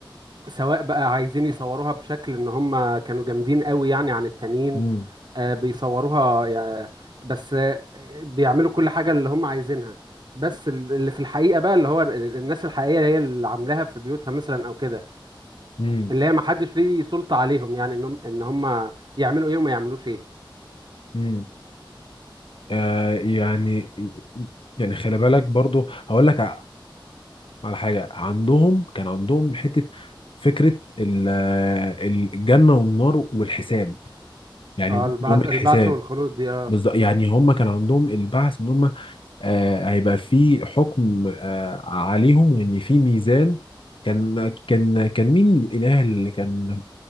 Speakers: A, on the right; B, on the left.
A: سواء بقى عايزين يصوروها بشكل ان هم كانوا جامدين قوي يعني عن التانيين
B: مم.
A: آه، بيصوروها يع- بس آه، بيعملوا كل حاجة اللي هم عايزينها بس ال- اللي في الحقيقة بقى اللي هو ال- ال- الناس الحقيقية هي اللي عاملاها في بيوتها مثلا او كده
B: مم.
A: اللي هي محدش ليه سلطة عليهم يعني ان هم ان هم يعملوا ايه وما يعملوش ايه
B: مم. آه يعني يعني خلي بالك برضو هقول لك ع- على حاجة عندهم كان عندهم حتة فكرة ال- آه، الجنة والنار والحساب يعني
A: اه البعث
B: يوم الحساب
A: البعث والخلود دي اه
B: بالظبط يعني هم كان عندهم البعث ان هم آه، هيبقى في حكم آه، عليهم وان في ميزان كان كان كان مين الاله اللي كان